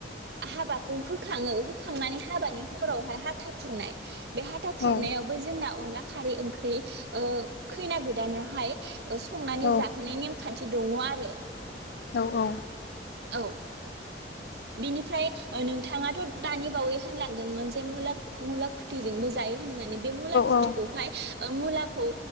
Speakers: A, on the right; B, on the left.
A: हाबाखौ होखाङो होखांनानै हाबानि हरावहाय हाथा खुरनाय। बे हाथा खुरनायावबो
B: औ
A: जोंना अनला खारै ओंख्रि ओ खैना गोदानाहाय। संनानै
B: औ
A: जा नेमखान्थि दङ आरो।
B: औ-औ।
A: औ बिनिफ्राय नोंथाङाथ' दानि बावै होनलांदोंमोन जे मुला मुला खुथिजोंबो जायो होननानै। बे मुला खुथिखौहाय।
B: औ
A: मुलाखौ